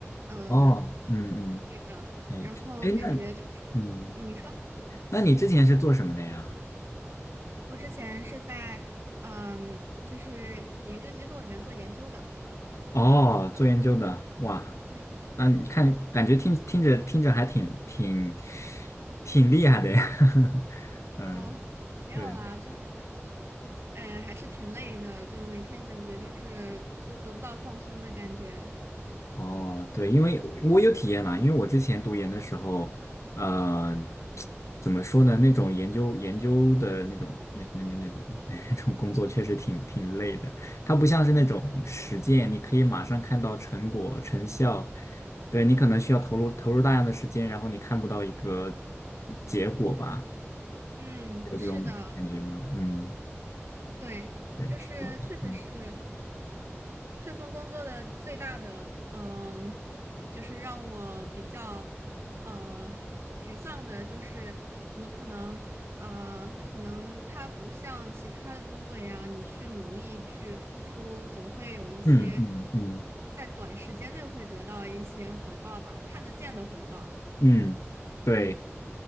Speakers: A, on the right; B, on the left.
A: 嗯，
B: 哦，嗯
A: 对的，
B: 嗯，
A: 然后感觉就是，
B: 哎，哎，那，嗯，
A: 嗯你说
B: 那你之前是做什么的呀？
A: 我之前是在嗯，就是研究机构里面做研究的，
B: 哦，做研究的，哇，
A: 嗯
B: 啊，你看，
A: 嗯，
B: 感觉听听着听着还挺挺挺厉害的呀。<laughs> 嗯，
A: 哦，没有啦，
B: 对，
A: 就是，呃，还是挺累的，就每天感觉就是都得不到放松的感觉，
B: 哦，对，因为我有体验啦，因为我之前读研的时候，呃，怎么说呢？那种研究研究的那种那那那那种 <laughs> 那种工作确实挺挺累的。它不像是那种实践，
A: 嗯
B: 你可以马上看到成果成效。对，你可能需要投入投入大量的时间，然后你看不到一个结果吧？
A: 嗯，
B: 有这种感觉吗？
A: 是的，
B: 嗯，
A: 对。
B: 对，
A: 就是确实是，
B: 是的，嗯
A: 这份工作的最大的，嗯、就是让我比较，呃，沮丧的，就是你可能，呃，可能它不像其他的工作一样，你去努力去付出，总会有一些
B: 嗯嗯嗯
A: 在短时间内会得到一些回报吧，看得见的回报。
B: 嗯，对。
A: 嗯，